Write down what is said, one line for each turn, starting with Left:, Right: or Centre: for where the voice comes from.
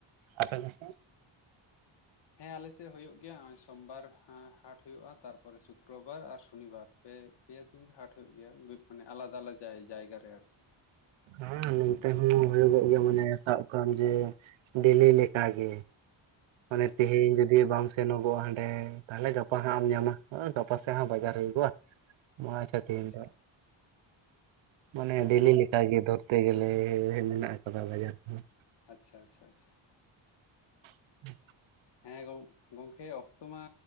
Right: ᱟᱯᱮ ᱠᱚ ᱥᱮᱫ
Left: ᱦᱮᱸ ᱟᱞᱮ ᱥᱮᱫ ᱦᱩᱭᱩᱜ ᱜᱮᱭᱟ ᱾ ᱱᱚᱜᱼᱚᱭ ᱥᱳᱚᱢᱵᱟᱨ ᱦᱟᱴ ᱦᱩᱭᱩᱜᱼᱟ ᱛᱟᱨᱯᱚᱨᱮ ᱥᱩᱠᱨᱚᱵᱟᱨ ᱟᱨ ᱥᱚᱱᱤᱵᱟᱨ ᱯᱮ ᱯᱮᱭᱟ ᱫᱤᱱ ᱦᱟᱴ ᱦᱩᱭᱩᱜ ᱜᱮᱭᱟ ᱢᱟᱱᱮ ᱟᱞᱟᱫᱟ ᱟᱞᱟᱫᱟ ᱡᱟᱭᱜᱟ ᱨᱮ ᱟᱨᱠᱤ ᱾
Right: ᱦᱮᱸ ᱱᱚᱱᱛᱮ ᱦᱚᱸ ᱦᱩᱭᱩᱜᱚᱜ ᱜᱮᱭᱟ ᱢᱟᱱᱮ ᱥᱟᱵ ᱠᱟᱜ ᱢᱮ ᱡᱮ ᱰᱮᱞᱤ ᱞᱮᱠᱟ ᱜᱮ ᱾ ᱢᱟᱱᱮ
Left: ᱟᱪᱪᱷᱟ
Right: ᱛᱮᱦᱤᱧ ᱡᱩᱫᱤ ᱫᱤᱭᱤ ᱵᱟᱢ ᱥᱮᱱᱚᱜᱚᱜᱼᱟ ᱦᱟᱸᱰᱮ ᱛᱟᱦᱚᱞᱮ ᱜᱟᱯᱟ ᱦᱟᱸᱜ ᱮᱢ ᱧᱟᱢᱟ ᱜᱟᱯᱟ ᱥᱮᱫ ᱦᱚᱸ ᱵᱟᱡᱟᱨ ᱦᱩᱭᱩᱜᱚᱜᱼᱟ ᱾ <unintelligible> ᱴᱷᱤᱠ <unintelligible>
Left: ᱟᱪᱪᱷᱟ
Right: ᱢᱟᱱᱮ
Left: ᱟᱪᱪᱷᱟ
Right: ᱰᱮᱞᱤ ᱞᱮᱠᱟ
Left: ᱟᱪᱪᱷᱟ
Right: ᱜᱮ ᱫᱷᱚᱨᱛᱮ ᱜᱮᱞᱮ ᱢᱮᱱᱟᱜ ᱠᱟᱫᱟ ᱵᱟᱡᱟᱨ ᱠᱚ ᱾
Left: ᱟᱪᱪᱷᱟ ᱟᱪᱪᱷᱟ ᱟᱪᱪᱷᱟ ᱾
Right: <unintelligible>
Left: ᱦᱮᱸ ᱜᱚᱝᱠᱮ ᱚᱠᱛᱚ ᱢᱟ